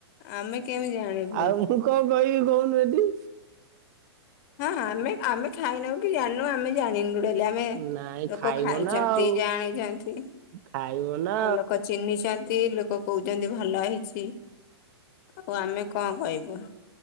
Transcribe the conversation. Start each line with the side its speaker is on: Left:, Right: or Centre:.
Left: ଆମେ କେମିତି ଜାଣିବୁ
Right: ଆଉ ମୁଁ କଣ କହିବି କହୁନ ଏଠି।
Left: ହଁ ଆମେ ଆମେ ଖାଇ ନଉ କି ଜାଣ ଆମେ ଜାଣିନୁ। ପେହେଲେ ଆମେ
Right: ନାଇଁ
Left: ଲୋକ
Right: ଖାଇବ
Left: ଖାଇଛନ୍ତି
Right: ନା ଆଉ
Left: ଜାଣିଛନ୍ତି
Right: ଖାଇବ ନା
Left: ଆଉ ଲୋକ ଚିହ୍ନିଛନ୍ତି। ଏ ଲୋକ କହୁଛନ୍ତି ଭଲ ହେଇଛି। ଆଉ ଆମେ କଣ କହିବୁ। <inaudible>